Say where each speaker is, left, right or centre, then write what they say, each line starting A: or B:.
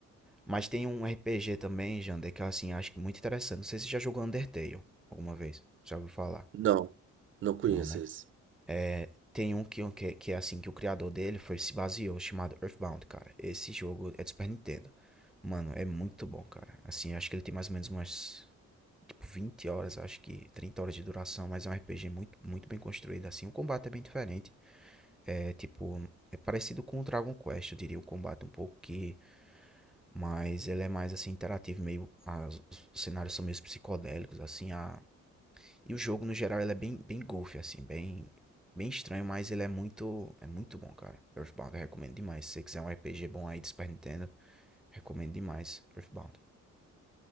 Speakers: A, in the centre; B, on the right (about 40°).
A: Mas tem um RPG também, Jander, que eu assim, acho que muito interessante. Não sei se você já jogou Undertale alguma vez. Já ouviu falar?
B: Não, não conheço
A: Não, né?
B: esse.
A: É, tem um que, que, que é assim, que o criador dele foi, se baseou, chamado Earthbound, cara. Esse jogo é de Super Nintendo. Mano, é muito bom, cara. Assim, eu acho que ele tem mais ou menos umas, tipo, 20 horas, acho que 30 horas de duração, mas é um RPG muito, muito bem construído, assim. O combate é bem diferente. É, tipo, é parecido com o Dragon Quest, eu diria, o combate um pouco que Mas ele é mais assim interativo, meio as- os cenários são meio psicodélicos, assim, a e o jogo no geral ele é bem bem goofy assim, bem bem estranho, mas ele é muito é muito bom, cara. Earthbound eu recomendo demais. Se você quiser um RPG bom aí de Super Nintendo, recomendo demais Earthbound.